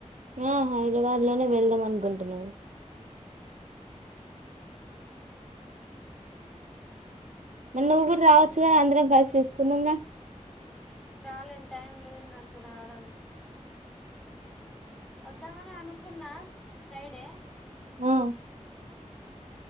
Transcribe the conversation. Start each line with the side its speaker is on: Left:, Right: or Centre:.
Right: ఆ హైద్రాబాద్ లోనే వెళ్దాం అనుకుంటున్నాను
Centre: అ
Right: మరి నువ్వు కూడా రావచ్చు కదా అందరం కలిసి చేసుకుందాంగ
Centre: నేన్ రాలేన్ టైమ్ లేదు నాకు రావడానికి వద్దామని అనుకున్నా ఫ్రైడె
Right: ఆ